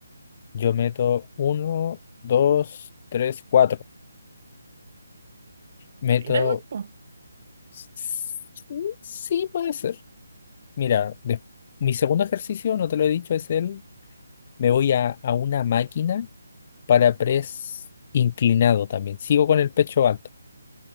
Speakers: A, on the left; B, on the right.
A: Yo meto uno, dos, tres, cuatro. Meto.
B: Caleta igual, po.
A: s- Sí, puede ser. Mira, des- mi segundo ejercicio, no te lo he dicho, es el. Me voy a, a una máquina Para press inclinado también. Sigo con el pecho alto.